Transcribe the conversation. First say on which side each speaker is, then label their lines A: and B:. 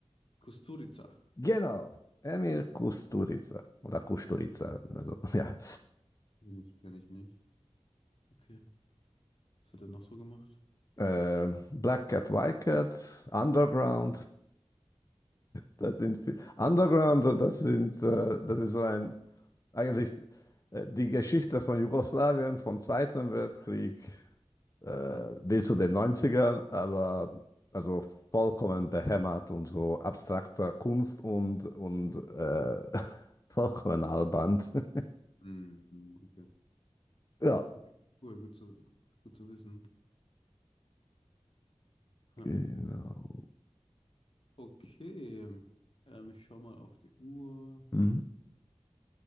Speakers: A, on the left; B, on the left.
A: Kusturica.
B: Genau. Emir Kusturica. Oder Kusturica.
A: Kenn
B: Also, <laughs> ja.
A: ich, kenn ich nicht. Okay. Was hat er noch so gemacht?
B: Ähm, Black Cat, White Cat, Underground. Das sind Fi- Underground, das sind, äh, das ist so ein eigentlich äh, die Geschichte von Jugoslawien vom Zweiten Weltkrieg äh,
A: Hm.
B: bis zu den Neunzigern, aber also vollkommen behämmert und so abstrakter Kunst und, und äh, <laughs> vollkommen albern. <laughs>
A: Hm, hm, okay.
B: Ja,
A: Okay. Cool, gut zu, gut zu wissen. <laughs>
B: genau.
A: Okay. Ähm, ich schau mal auf die Uhr.
B: Mhm.